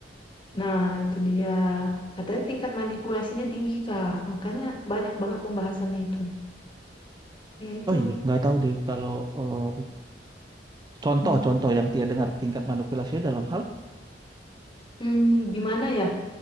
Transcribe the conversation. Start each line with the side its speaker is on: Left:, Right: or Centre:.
Left: Nah, itu dia. Katanya tingkat manipulasinya tinggi, Kak. Makanya banyak banget pembahasannya itu. Ya, itu.
Right: oh iya nggak tahu deh kalau eh, contoh-contoh
Left: Hmm,
Right: yang dia dengar tingkat manipulasinya dalam hal
Left: Hmm, gimana ya?